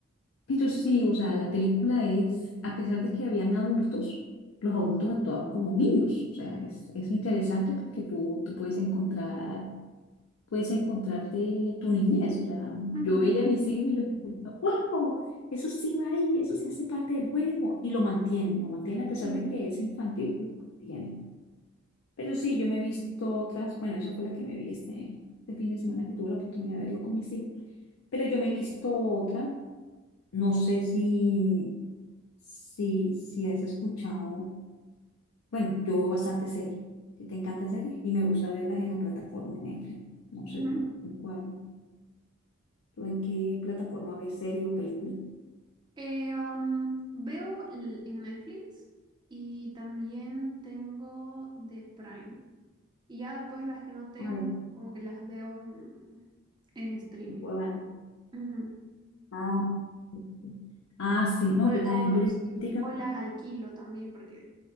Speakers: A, on the left; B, on the right.
A: Pero sí, o sea, la película es, a pesar de que habían adultos, los adultos actuaban como niños. O sea, es, es interesante porque tú, tú puedes encontrar puedes encontrarte tu niñez. O sea,
B: Ujú,
A: yo veía mis hijos y yo escuchaba, wow, eso sí va ahí, eso sí hace parte del juego. Y lo mantienen, lo mantienen a pesar
B: ujú,
A: de que es infantil, lo mantienen. Pero sí, yo me he visto otras, bueno, esa fue la que me vi este, este fin de semana que tuve la oportunidad de verlo con mis hijos. Pero yo me he visto otra, no sé si, si, si has escuchado, bueno, yo veo bastante series. Si te encantan series y me gusta verlas en la plataforma de Netflix. No sé
B: ujú.
A: tú en cuál. ¿Tú en qué plataforma ves serie o película?
B: Eh, um, veo l- en Netflix y también tengo de Prime. Y ya después las que no tengo,
A: A ver.
B: como que las veo en, en streaming.
A: Cuevana.
B: Ujú.
A: Ah, ok. ok. Ah, sí, no,
B: O, o,
A: yo también, yo ahorita-
B: sí, o las alquilo también porque